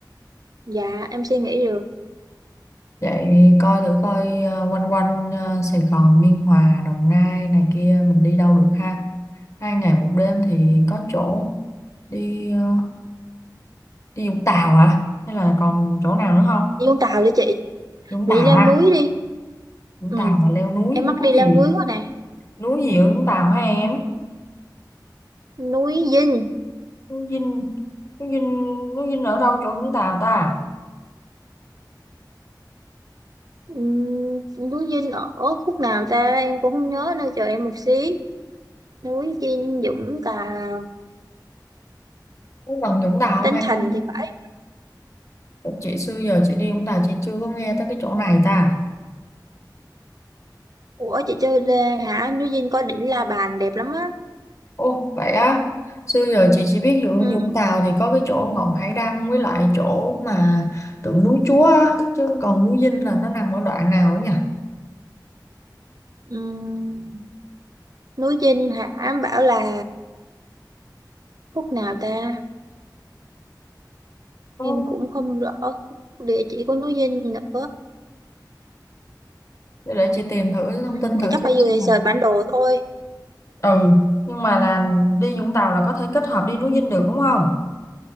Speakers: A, on the right; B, on the left.
A: Dạ em suy nghĩ được.
B: Vậy coi thử coi ờ, quanh quanh ờ, Sài Gòn, Biên Hòa, Đồng Nai này kia mình đi đâu được ha. Hai ngày một đêm thì có chỗ đi ờ, đi Vũng Tàu hả? Hay là còn chỗ nào nữa không?
A: Đi Vũng Tàu đi chị.
B: Vũng
A: Mình
B: Tàu
A: đi leo
B: ha.
A: núi đi.
B: Vũng
A: Ừ,
B: Tàu mà leo núi
A: em
B: núi
A: mắc đi leo
B: gì
A: núi quá nè.
B: núi gì ở Vũng Tàu hả em
A: Núi Dinh.
B: núi Dinh núi Dinh núi Dinh ở đâu chỗ Vũng Tàu ta
A: Ừm, núi Dinh ở khúc nào ta em cũng không nhớ nên chờ em một xí núi Dinh Dũng Tàu
B: có gần Vũng Tàu
A: Tân
B: không em
A: Thành thì phải
B: chị xưa giờ chị đi Vũng Tàu chị chưa có nghe tới cái chỗ này ta
A: của chị chơi Lê hả núi Dinh có đỉnh La Bàn đẹp lắm á
B: ô vậy á xưa giờ chị chỉ biết Vũng
A: Ừm,
B: Vũng Tàu thì có cái chỗ ngọn Hải Đăng với lại chỗ mà tượng núi Chúa á chứ còn núi Dinh là nó nằm ở đoạn nào ấy nhỉ
A: ừm, núi Dinh hả em bảo là khúc nào ta
B: Có-
A: em cũng không rõ địa chỉ của núi Dinh nữa
B: để để chị tìm thử thông tin
A: mà
B: thử
A: chắc
B: xem
A: phải
B: xem
A: về search
B: là nó
A: bản đồ thôi
B: ừ nhưng mà là đi Vũng Tàu là có thể kết hợp đi núi Dinh được đúng không